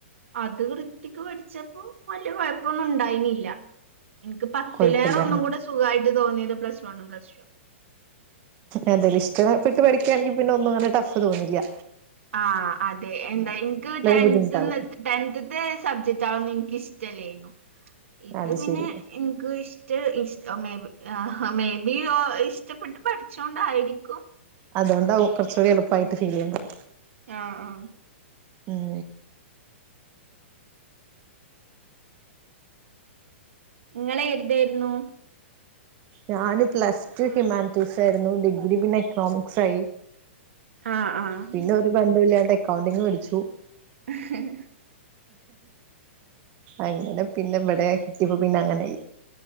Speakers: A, on the right; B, on the right.
A: അത് വൃത്തിക്ക് പഠിച്ചപ്പോ വല്ല്യ കോഴപ്പൊന്നുണ്ടായിന്നില്ല ഇൻക്ക് പത്തിലേറെ
B: കൊഴപ്പില്ല
A: ഒന്നും കൂടെ സുഖായിട്ട് തോന്നിയത് പ്ലസ് വണ്ണും, പ്ലസ്ടുവാ
B: അതേല ഇഷ്ടപ്പെട്ട് പഠിക്കാണെങ്കി പിന്നെയൊന്നും അങ്ങനെ ടഫ് തോന്നില്ല്യ
A: ആഹ് അതെ എന്താ ഇൻക്ക് ടെൻത്ത്ന്ന്ത്ര
B: ബുദ്ധിമുട്ടാകും
A: ടെൻത്ത്ത്തെ സബ്ജക്ടാണൊന്നും ഇൻക്കിഷ്ടല്ലേനു ഇത്
B: അത്
A: പിന്നെ
B: ശരി
A: ഇന് ക്ക് ഇഷ്ട ഇഷ മേ ബി മേ ബി ഇഷ്ടപ്പെട്ട് പഠിച്ചോണ്ടായിരിക്കും
B: അതോണ്ടാവും കൊറച്ചുകൂടി എളുപ്പായിട്ട്
A: ഉം
B: ഫീലെയ്യുന്നത്
A: ആ ആ
B: ഉം
A: ഇങ്ങളേതേരുന്നു
B: ഞാന് പ്ലസ് ടു ഹ്യുമാനിറ്റീസായിരുന്നു ഡിഗ്രി പിന്നെ എക്കണോമിക്സായി
A: ആഹ് ആഹ്
B: പിന്നൊരു ബഡുല്ലാണ്ട് അക്കൗണ്ടിങ് പഠിച്ചു
A: <inaudible>
B: അങ്ങനെ പിന്നെ ഇവിടെത്തിയപ്പോ പിന്നെ അങ്ങനെയായി